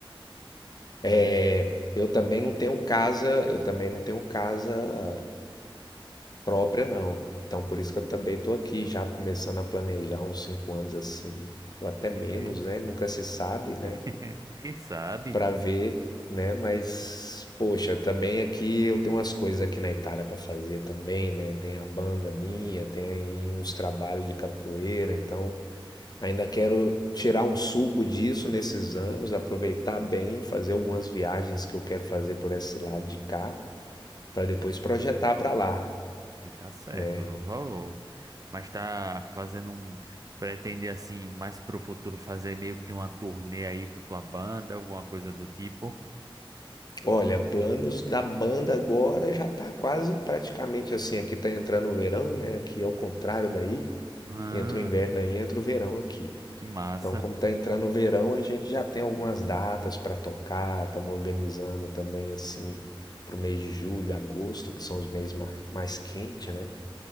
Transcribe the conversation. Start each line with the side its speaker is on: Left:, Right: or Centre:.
Right: Aí,
Left: É, eu também não tenho casa, eu também não tenho casa própria, não. Então, por isso que eu também estou aqui já começando a planejar uns cinco anos assim, ou até
Right: é,
Left: menos, né? Nunca se sabe, né?
Right: <laughs> quem sabe?
Left: Para ver, né? Mas, poxa, também aqui eu tenho umas coisas aqui na Itália para fazer também, né? Tem a banda minha, tem uns trabalhos de capoeira, então Ainda quero tirar um suco disso nesses anos, aproveitar bem, fazer algumas viagens que eu quero fazer por esse lado de cá, para depois projetar para lá,
Right: E tá certo,
Left: né?
Right: eu dou valor. Mas tá fazendo um. Pretende, assim, mais pro futuro fazer meio que uma turnê aí com tua banda, alguma coisa do tipo?
Left: Olha, planos da banda agora já tá quase praticamente assim, aqui tá entrando o verão, né? Aqui é o contrário daí,
Right: Ah,
Left: entra o inverno aí, entra o verão aqui.
Right: que massa.
Left: Então, como tá entrando o verão, a gente já tem algumas datas para tocar, estamos organizando também assim pro mês de julho, agosto, que são os meses mar- mais quentes, né?